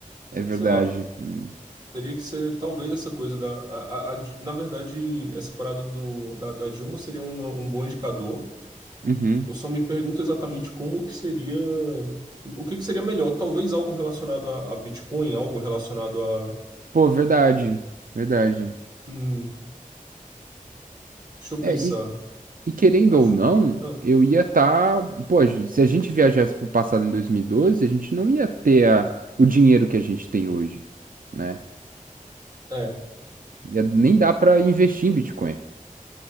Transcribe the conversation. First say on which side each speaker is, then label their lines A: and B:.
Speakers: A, on the right; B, on the right.
A: É verdade.
B: Sei lá,
A: Hum.
B: teria que ser talvez essa coisa da. a- a- a- na verdade, essa parada do, da, da Dilma seria uma- um bom indicador.
A: Uhum.
B: Eu só me pergunto exatamente como que seria. O que que seria melhor? Talvez algo relacionado a, a Bitcoin, algo relacionado a.
A: Pô, verdade. Verdade.
B: hum, deixa eu
A: É,
B: pensar.
A: e, e querendo
B: Acho
A: ou não,
B: que. ah,
A: eu ia estar. Pô, se a gente viajasse pro passado em 2012, a gente não ia ter a- o dinheiro que a gente tem hoje, né?
B: É.
A: Ia- nem dá pra investir em Bitcoin.